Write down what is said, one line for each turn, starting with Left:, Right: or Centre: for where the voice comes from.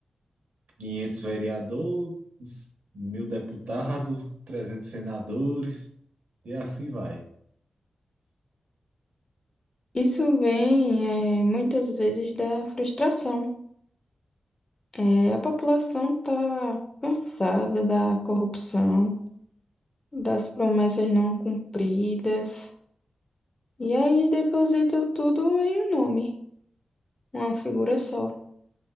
Right: 500 vereadores, mil deputados, 300 senadores, e assim vai.
Left: Isso vem, eh, muitas vezes da frustração. Eh, a população está cansada da corrupção, das promessas não cumpridas, e aí depositam tudo em um nome, uma figura só.